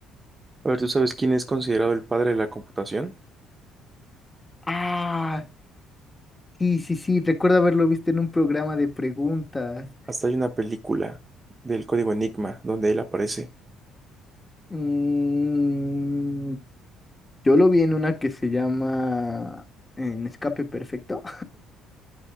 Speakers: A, on the right (about 25°); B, on the left (about 20°).
A: A ver, ¿tú sabes quién es considerado el padre de la computación?
B: Ah, sí, sí, sí. Recuerdo haberlo visto en un programa de preguntas.
A: Hasta hay una película del código Enigma donde él aparece.
B: Mm, yo lo vi en una que se llama En Escape Perfecto,